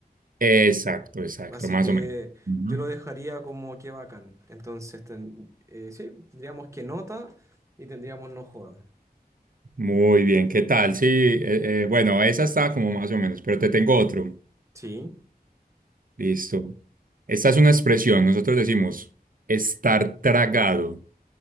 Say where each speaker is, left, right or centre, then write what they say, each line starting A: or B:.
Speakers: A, on the right (about 60°); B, on the right (about 20°).
A: Exacto, exacto,
B: Así
A: más
B: que
A: o menos. Ujú.
B: yo lo dejaría como que bacán. Entonces, ten- eh, sí, tendríamos que nota y tendríamos no joda.
A: Muy bien, ¿qué tal? Sí, eh, eh, bueno, esa está como más o menos, pero te tengo otro.
B: Sí,
A: Listo. Esta es una expresión, nosotros decimos estar tragado.